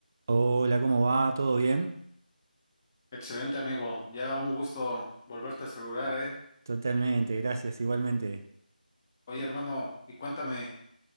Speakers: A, on the right (about 20°); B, on the left (about 15°).
A: Hola, ¿cómo va? ¿Todo bien?
B: Excelente, amigo. Ya un gusto volverte a saludar, ¿eh?
A: Totalmente, gracias, igualmente.
B: Oye, hermano, y cuéntame,